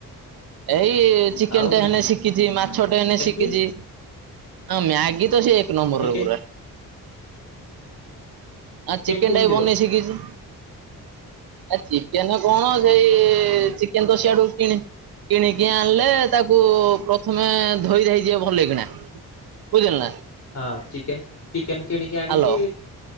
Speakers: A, on the right; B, on the left.
A: ଏଇ ଚିକେନଟା
B: ଆଉ
A: ଆସିକ ଶିଖିଛି ମାଛଟେ ଏନେ
B: ମ୍ୟାଗି
A: ଶିଖିଛି ମ୍ୟାଗି ତ ସେ ନଂବରରେ
B: ଚିକେନ
A: ପୁରା ଆ ଚିକେନ
B: କେମିତି
A: ଟା ବି ବନେଇ
B: କରୁ?
A: ଶିଖିଛି ଆ ଚିକେନ କଣ ସେଇ ଚିକେନ ତ୍ ସିଆଡୁ କିଣି କିଣିକି ଆଣିଲେ ତାକୁ ପ୍ରଥମେ ଧୋଇ ଧାଇଯିବ ଭଲ କିଣା। ବୁଝିଲୁନା?
B: ହଁ ଚିକେ ଚିକେନ କିଣିକି ଆଣିକି
A: ହାଲୋ